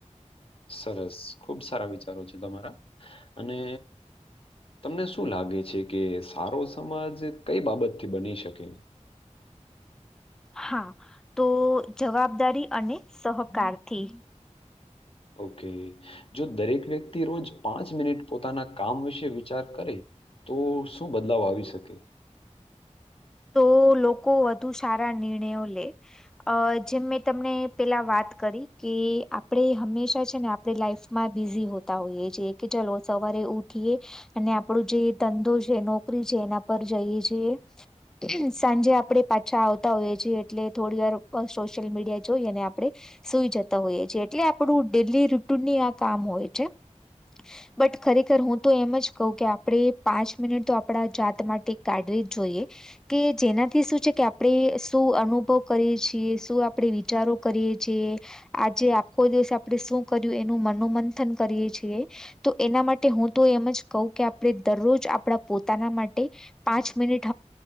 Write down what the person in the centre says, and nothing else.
હા તો જવાબદારી અને સહકારથી
તો લોકો વધુ સારા નિર્ણયો લે અ જેમ મેં તમને પેલા વાત કરી કે આપણે હંમેશા છે ને આપણે લાઈફ માં બિઝી હોતા હોઈએ છેએ કે ચાલ સવારે ઉઠીએ અને આપણું જે ધંધો છે નોકરી છે એના પર જઈએ છીએ. સાંજે આપડે પાછા આવતા હોઈએ છીએ એટલે થોડી વાર સોશિયલ મીડિયા જોઈ અને આપડે સુઈ જતા હોઈએ છેીએ એટલે આપણું ડેલી રૂટુનની આ કામ હોય છે. બટ ખરેખર હું તો એમ જ કવ કે આપણે પાંચ મિનિટ તો આપડા જાત માટે કાઢવી જ જોઈએ. કે જેનાથી શું છે કે આપણે શું અનુભવ કરીએ છીએ શું આપણે વિચારો કરીએ છીએ. આજે આખો દિવસ આપણેે શું કર્યું એનું મનોમંથન કરીયે છીએ. તો એના માટે હું તો એમ જ કહું કે આપણે દરરોજ આપણા પોતાના માટે પાંચ મિનિટ